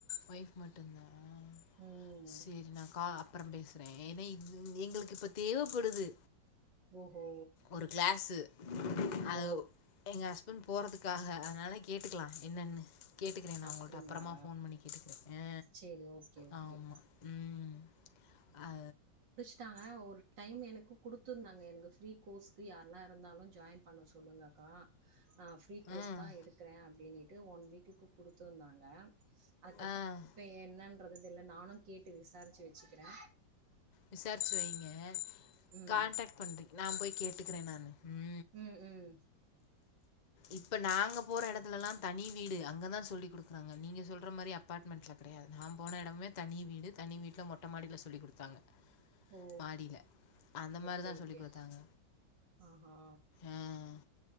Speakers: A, on the left; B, on the right.
A: வைஃப் மட்டுந்தா ஆ
B: ம்
A: செரி நா கா அப்புறம் பேசறே ஏன்னா இது எங்களுக்கு இப்ப தேவைப்படுது
B: ஓஹோ
A: ஒரு கிளாஸு அது
B: ஓ
A: எங்க இப்பனு போறதுக்காக அதனால கேட்டுக்கலா என்னன்னு கேட்டக்கறே நா
B: அப்டிங்களா
A: உங்கள்ட்ட அப்பறமா ஃபோன் பண்ணி கேட்டுக்கிறே
B: சேரி ஓகே ஓகே
A: ஆ ஆமா உம் ஆ
B: ட்டாங்க ஒரு டைம் எனக்கு குடுத்துருந்தாங்க எனக்கு ஃப்ரீ கோர்ஸ்க்கு யாரெல்லா இருந்தாலு ஜாயின் பண்ண சொல்லுங்கக்கா ஆ ஃப்ரீ கோர்ஸ்தா
A: ம்.
B: எடுக்கறே அப்படின்னுட்டு ஒன் வீக்குக்கு துருந்தாங்க அதுக்கப்புறோ
A: ஆ.
B: இப்ப என்னன்றது தெரியில நானு கேட்டு விசாரிச்சு வெச்சுக்கிறே
A: விசாரிச்சு வைங்க
B: ம்
A: கான்டக்ட் பண்றீங்க நா போய் கேட்டுக்கிறே நானு ம்
B: உம் உம்
A: இப்ப நாங்க போற எடத்துலலா தனி வீடு அங்க தா சொல்லி கொடுக்குறாங்க நீங்க சொல்ற மாரி அப்பார்ட்மெண்ட்ல கெடையாது நா போன எடமே தனி வீடு தனி வீட்டில மொட்ட மாடியில சொல்லி கொடுத்தாங்க
B: ஓ
A: மாடியில அந்த
B: ஓகே
A: மாரிதா
B: ஓகே
A: சொல்லிக் கொடுத்தாங்க
B: ஆஹா
A: ஆஹ்